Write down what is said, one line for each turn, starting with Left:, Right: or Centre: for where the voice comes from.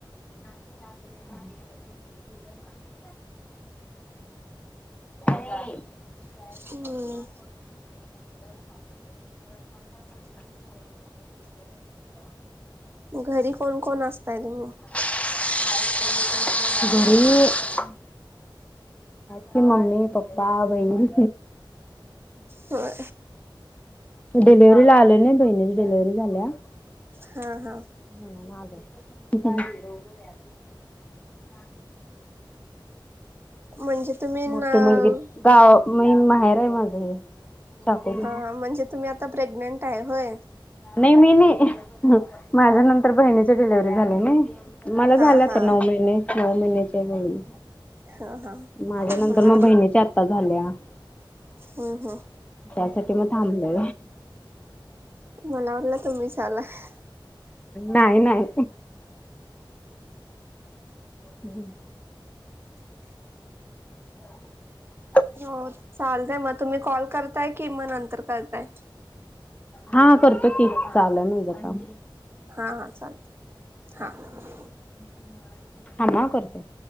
Left: <inaudible> <unintelligible>
Right: हम्.
Left: <inaudible>
Right: घरी कोण-कोण असतय तुम्ही?
Left: <unintelligible> घरी ती मम्मी, पप्पा, बहीण.
Right: होय
Left: डिलिव्हरी ला आले नाही बहिणीची डिलेव्हरी झाल्या.
Right: हा हा.
Left: <inaudible> तिचा. <inaudible> <inaudible>
Right: म्हणजे तुम्ही
Left: मोठी
Right: न
Left: मुलगी गाव मी माहेर आहे माझं हे. चाकोरी
Right: हा म्हणजे तुम्ही आता प्रेग्नेंट आहे होय?
Left: नाही मी नाही माझ्या नंतर बहिणीची डिलिव्हरी झाली नाही. मला झालं
Right: हा
Left: आता
Right: हा
Left: नऊ महिने, नऊ महिने. हम्म,
Right: हा हा
Left: माझ्या नंतर
Right: मला
Left: मग बहिणीच्या आता झाल्या. <inaudible>
Right: हम् हम्.
Left: त्यासाठी मग थांबले.
Right: मला वाटलं तुम्ही <unintelligible>
Left: नाही नाही. <inaudible> <inaudible>
Right: हो चालतय मग तुम्ही कॉल करताय कि मग नंतर करताय?
Left: हा करतो की चालय माझं काम.
Right: हा हा चालेल, हा.
Left: <inaudible> <unintelligible> थांबा करतो.